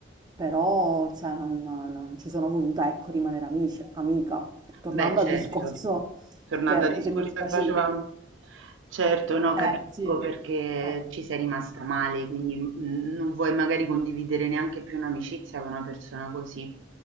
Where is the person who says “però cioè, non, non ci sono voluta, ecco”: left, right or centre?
Right